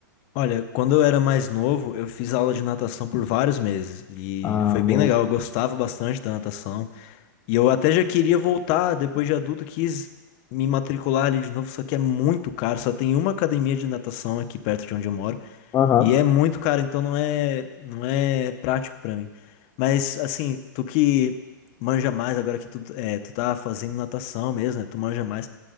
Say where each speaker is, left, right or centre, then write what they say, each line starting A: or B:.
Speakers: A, on the left; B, on the left.
A: Olha, quando eu era mais novo, eu fiz aula de natação por vários meses e
B: Ah,
A: foi
B: bom.
A: bem legal. Eu gostava bastante da natação e eu até já queria voltar depois de adulto, quis me matricular ali de novo, só que é muito caro. Só tem uma academia de natação aqui perto de onde eu moro
B: Aham.
A: e é muito caro, então não é não é prático pra mim. Mas assim, tu que manja mais agora que tu é, tu tá fazendo natação mesmo, né? Tu manja mais.